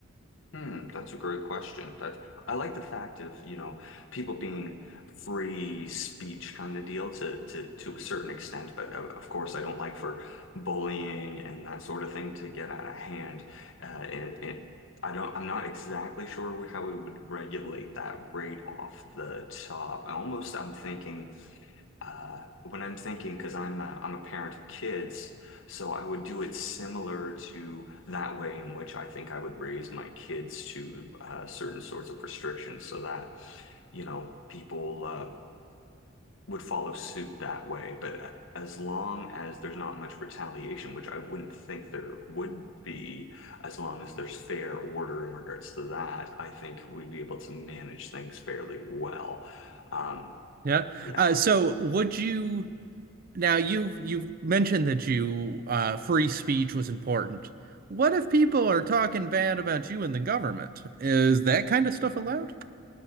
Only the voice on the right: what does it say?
Yeah.
Uh so would you now you've you've mentioned that you uh free speech was important. What if people are talking bad about you and the government? Is that kind of stuff allowed?